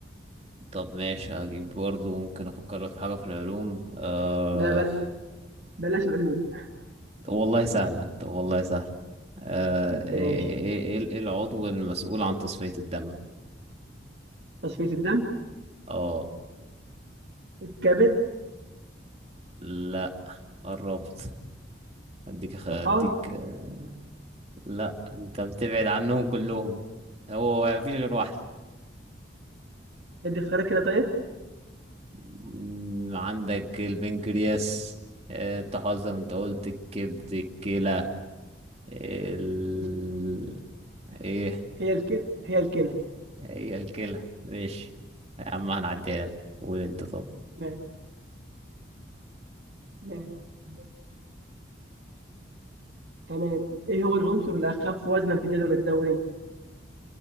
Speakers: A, on the right (about 35°); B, on the right (about 60°).
A: طب ماشي هجيب برضه ممكن افكر لك في حاجة في العلوم آه...
B: لا بل... بلاش علوم
A: والله سهلة طب والله سهلة آه... ايه
B: ماشي
A: ايه ايه إيه ال- إيه العضو المسؤول عن تصفية الدم
B: تصفية الدم
A: اه
B: الكبد
A: لا قربت اديك خ- اديك
B: طحال
A: آه، لا انت بتبعد عنهم كلهم هو مفيش غير واحدة
B: ادي اختيارات كده طيب
A: م، عندك البنكرياس آه، التحالظم انت قلت الكبد الكلى ال...
B: ال-
A: ايه
B: هي الكلى هي الكلى
A: هي الكلى ماشي يا عم هنعديها لك قول انت طب
B: ماشي ماشي. طب- تمام ايه هو العنصر الاخف وزنا في الجدول الدوري